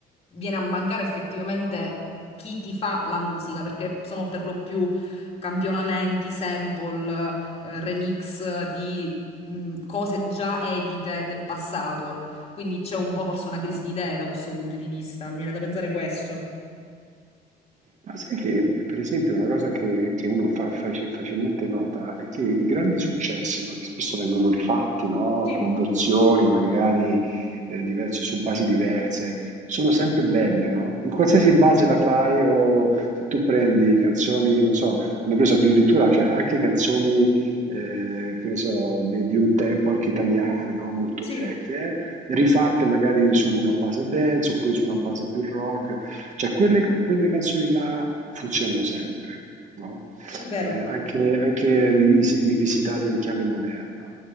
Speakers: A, on the left; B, on the right.
A: viene a mancare effettivamente chi ti fa la musica, perché sono per lo più campionamenti, sample, eh, remix di mh, cose già edite del passato. Quindi c'è un po' forse una crisi di idee da questo punto di vista. Mi viene da pensare questo.
B: Ma sai che, per esempio, una cosa che, che uno fa faci- facilmente nota è che i grandi successi, no, che spesso vengono rifatti, no,
A: Sì,
B: con versioni magari eh, diverse, su basi diverse, sono sempre belle, no? In qualsiasi base la fai o se tu prendi canzoni, non so, hanno preso addirittura, cioè, anche canzoni, eh, che ne so, di, di un tempo, anche italiane, no, molto
A: sì,
B: vecchie, rifatte magari su una base dance oppure su una base più rock. Cioè quelle, quelle canzoni là funzionano sempre, no?
A: è vero.
B: Eh, anche, anche rivisi- rivisitate in chiave moderna.